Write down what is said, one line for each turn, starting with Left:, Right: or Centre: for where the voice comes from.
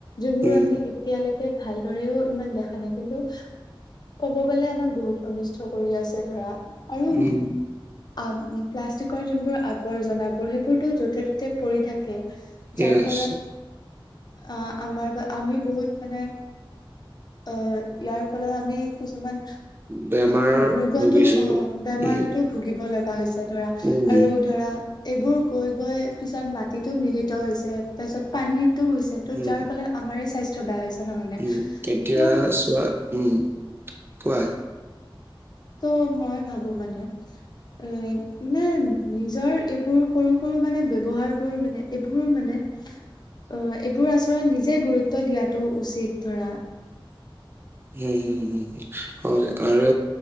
Left: যোনবোৰ
Right: উম,
Left: আমি এতিয়ালৈকে ভালদৰেও ইমান দেখা নাই কিন্তু ক'ব গলে, আমাক বহুত অনিষ্ট কৰি আছে ধৰা আৰু
Right: উম,
Left: আ প্লাষ্টিকৰ যোনবোৰ আৱৰ্জনাবোৰ সেইবোৰতো য'তে ত'তে পৰি থাকে।
Right: য়েছ
Left: যাৰ ফলত আহ আমাৰ বা আমি বহুত মানে অ', ইয়াৰ ফলত আমি কিছুমান
Right: বেমাৰত
Left: ৰোগটো
Right: ভুগিছো।
Left: অ' বেমাৰতো
Right: উম,
Left: ভুগিব লগা হৈছে ধৰা
Right: উম,
Left: আৰু ধৰা এইবোৰ গৈ, গৈ পিছত মাটিতো মিলিত হৈছে। তাৰপিছত পানীতো হৈছে ত'
Right: উম,
Left: যাৰ ফলত আমাৰ স্বাস্থ্য বেয়া হৈছে নহয়নে?
Right: উম,
Left: ত'
Right: এতিয়া চোৱা উম, কোৱা!
Left: ত' মই ভাবো মানে। এ মানে নিজৰ এইবোৰ সৰু, সৰু মানে ব্যৱহাৰ বোৰ মানে এইবোৰ মানে অ', এইবোৰ আচৰন নিজে গুৰুত্ব দিয়াতটো উচিত ধৰা।
Right: হুম, হুম হু! হয় আৰু